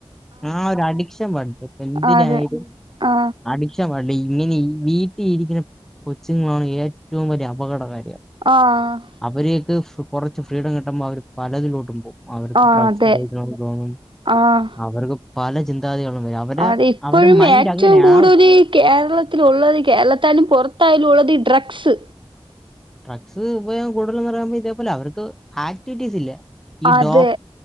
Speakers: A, in the centre; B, on the right (about 55°).
A: ആ ഒരു അഡിക്ഷൻ പാടില്ല. എന്തിനായാലും
B: അതെ ആ
A: അടിക്ഷൻ വാണ്ട ഇങ്ങനെ ഈ വീട്ടിൽ ഇരിക്കുന്ന കൊച്ചുങ്ങളാണ് ഏറ്റവും വലിയ അപകടകാരികൾ.
B: ആഹ്
A: അവരെയൊക്കെ കുറച്ച് ഫ്രീഡം കിട്ടുമ്പോ അവര് പലതിലോട്ടും പോവും. അവർക്ക്
B: ആ
A: ഡ്രഗ്സ്
B: അതെ
A: ഉപയോഗിക്കണെന്ന് തോന്നും.
B: ആഹ്
A: അവർക്ക് പല ചിന്താഗതികളും വരും. അവരെ
B: അ ഇപ്പോഴും
A: അവരെ മൈൻഡ്
B: ഏറ്റവും
A: അങ്ങനെ
B: കൂടുതൽ
A: ആവും.
B: ഈ കേരള ത്തിലുള്ളത് കേരളത്താലും പുറത്തായാലും ഉള്ളത് ഈ ഡ്രഗ്സ്
A: ഡ്രഗ്സ് ഉപയോഗ കൂടുതൽറയുമ്പോ ഇതേപോലെ അവർക്ക് ആക്ടിവിറ്റീസ് ഇല്ല. ഈ
B: അതെ
A: ഡോ